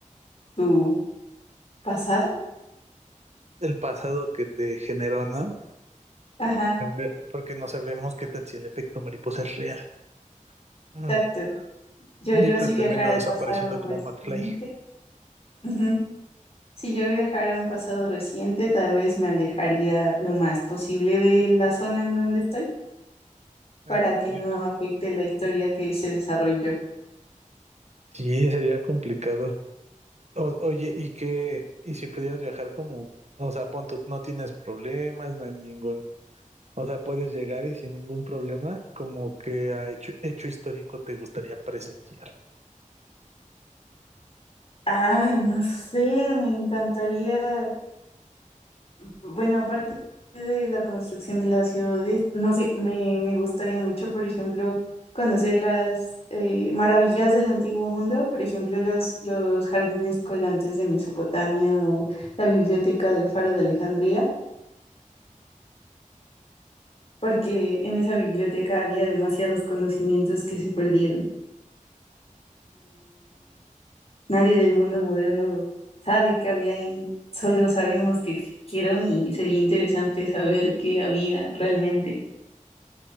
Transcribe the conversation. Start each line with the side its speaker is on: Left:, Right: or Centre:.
Left: tu pasado.
Right: el pasado que te generó, ¿no?
Left: Ajá,
Right: También. Porque no sabemos qué tal si el efecto mariposa es real. Uh
Left: exacto.
Right: -huh.
Left: Yo,
Right: Y
Left: yo
Right: pues
Left: si
Right: termino
Left: viajara al
Right: desapareciendo
Left: pasado
Right: como
Left: reciente,
Right: McFly.
Left: ujú, Si yo viajara a un pasado reciente, tal vez me alejaría lo más posible de la zona en donde estoy
Right: <laughs>
Left: para que
Right: Ya.
Left: no afecte la historia que se desarrolló.
Right: Sí, sería complicado. O- oye, ¿y qué? ¿Y si pudieras viajar como, o sea, pon tú, no tienes problemas, no hay ningún, o sea, puedes llegar y sin ningún problema, como que a hecho, hecho histórico te gustaría presenciar?
Left: Ay, no sé, me encantaría. Bueno, aparte de la construcción de las ciudades, no sé, me, me gustaría mucho, por ejemplo, conocer las eh, maravillas del antiguo mundo, por ejemplo, los, los jardines colgantes de Mesopotamia o la biblioteca del Faro de Alejandría, porque en esa biblioteca había demasiados conocimientos que se perdieron Nadie del mundo moderno sabe qué había ahí, solo sabemos que existieron y sería interesante saber qué había realmente,